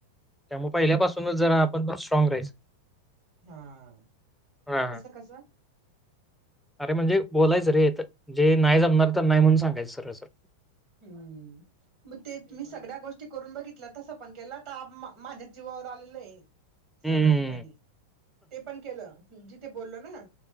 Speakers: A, in the centre; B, on the right.
A: त्यामुळें पहिल्यांपासूनचं जरां आपणं स्ट्रॉंग राहायचं
B: हां
A: हां, हां.
B: कसं कसं
A: अरे म्हणजे बोलायचं रे तरं जे नाहीं जमणारं तरं नाहीं म्हणूंन सांगायचं सर सर
B: हम्मं मंग ते मी सगळ्यां गोष्टीं करूंन बघितलं तसं पणं केलं तरं माझ्याचं जीवांवर आलेलं आहे
A: हं,
B: सर्व ठिकाणीं ते पणं केलं जिथे बोललं नां